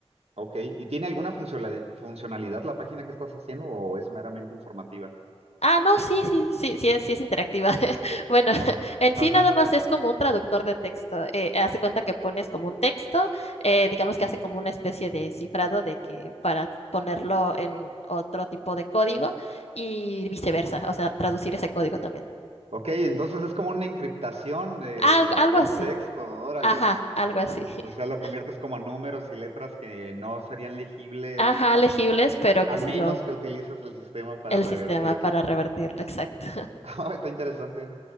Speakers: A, on the right; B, on the left.
A: Ok, ¿y tiene alguna funcionali- funcionalidad la página que estás haciendo o es meramente informativa?
B: Ah, no, sí, sí, sí, sí es, sí es interactiva. <laughs> Bueno, <laughs>
A: O-
B: en
A: ajá.
B: sí nada más es como un traductor de texto. Eh, hace cuenta que pones como un texto, eh, digamos que hace como una especie de cifrado de que para ponerlo en otro tipo de código y viceversa, o sea, traducir ese código también.
A: Ok, entonces es como una encriptación de,
B: Al- algo
A: de
B: así.
A: un texto, órale.
B: Ajá, algo así.
A: O sea, lo
B: <laughs>
A: conviertes como a números y letras que no serían legibles
B: Ajá, legibles, pero
A: a
B: que
A: menos
B: sí lo,
A: que utilices el sistema para
B: el
A: revertirlo.
B: sistema para revertirlo, exacto.
A: <laughs> Ah, está interesante.